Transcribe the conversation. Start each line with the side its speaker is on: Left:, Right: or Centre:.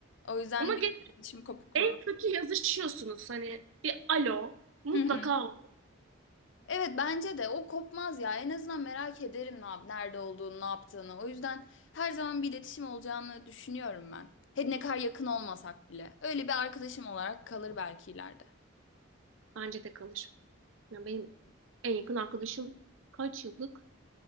Left: O yüzden
Right: Ama ge-
Left: bir iletişim kopukluğu.
Right: en kötü yazışıyorsunuz. Hani bir alo mutlaka
Left: <laughs>
Right: olur.
Left: Evet bence de o kopmaz ya. En azından merak ederim ne yap nerede olduğunu, ne yaptığını. O yüzden her zaman bir iletişim olacağını düşünüyorum ben. Hadi ne kadar yakın olmasak bile. Öyle bir arkadaşım olarak kalır belki ileride.
Right: Bence de kalır. Yani benim en yakın arkadaşım kaç yıllık?